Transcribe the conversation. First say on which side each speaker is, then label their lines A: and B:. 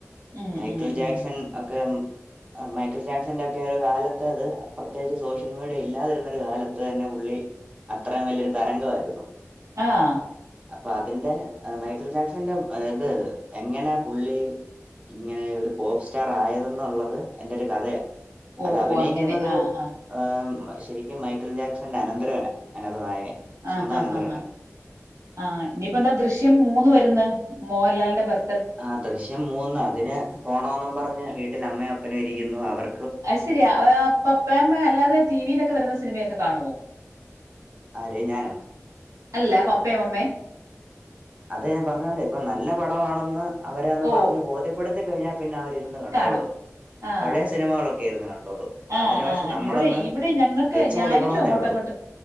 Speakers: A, on the right; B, on the right.
A: ഉം
B: മൈക്കിൾ
A: ഉം
B: ജാക്സൺ
A: ഉം
B: ഒക്കെ മൈക്കിൾ ജാക്സന്റെ ഒക്കെ ഒരു കാലത്തത് പ്രത്യേകിച്ച് സോഷ്യൽ മീഡിയ ഇല്ലാതിരുന്ന ഒരു കാലത്ത് എന്നെ പുള്ളി അത്രാം വലിയൊരു തരംഗമായിരുന്നു
A: ആഹ്
B: അപ്പ അതിന്റെ എഹ് മൈക്കിൾ ജാക്സന്റെ ഏഹ് ഇത് എങ്ങനാ പുള്ളി ഇങ്ങനെ ഒരു പോപ്പ് സ്റ്റാർ ആയതെന്നുള്ളത് അതിന്റൊരു കഥയാ.
A: ഓ
B: അത് അഭിനയിക്കുന്നത്
A: ഓ അങ്ങനെ ആ ആ
B: ഏഹ് ശരിക്കും മൈക്കിൾ ജാക്സന്റെ അനന്തരവന അയിനാത്ത് നായകൻ. സ്വന്തം
A: ആഹ് ഹാ
B: അനന്തരവനാ
A: ഹാ ഹാ ആഹ് ഇനി പ്പം എന്താ ദൃശ്യം മൂന്ന് വര്ന്ന്. മോഹൻലാലിന്റെ ബർ
B: ആഹ് ദൃശ്യം മൂന്ന് അതിന് പോണോന്നും പറഞ്ഞ് വീട്ടിൽ അമ്മയും അപ്പനും ഇരിക്കുന്നു. അവർ
A: അഹ്ശരിയാ. ഏഹ് പപ്പെയമ്മേം അല്ലാതെ ടി വിയിലൊക്കെ വരുന്ന സിനിമയൊക്കെ കാണുവോ?
B: ആര് ഞാനോ.
A: അല്ല പപ്പേം മമ്മേം.
B: അത് ഞാൻ പറഞ്ഞ പോലേ ഇപ്പം നല്ല പടമാണെന്ന് അവരെ ഒന്ന്
A: ഓ
B: പറഞ്ഞ് ബോധ്യപ്പെടുത്തി കഴിഞ്ഞാ പിന്നെ അവരിരുന്ന് കണ്ടോളും.
A: കാണും ആഹ്
B: പഴയ സിനിമകളൊക്കെ ഇരുന്നു കണ്ടോളും.
A: ആഹ്
B: അതിന് പക്ഷെ
A: ആഹ്
B: നമ്മളൊന്ന്
A: ഇവിടെ ഇവിടെ ഞങ്ങൾക്ക്
B: വെച്ച്
A: ഞാ
B: കൊടുക്കണോന്നേ
A: നിക്കും അങ്ങോട്ടും
B: ഉള്ളൂ
A: അങ്ങോട്ടും